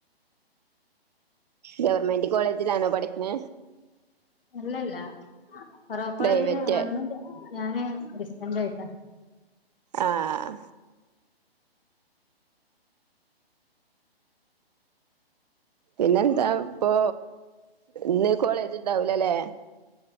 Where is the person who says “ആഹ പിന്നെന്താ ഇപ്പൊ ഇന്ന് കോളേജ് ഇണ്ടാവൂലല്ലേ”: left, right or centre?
Right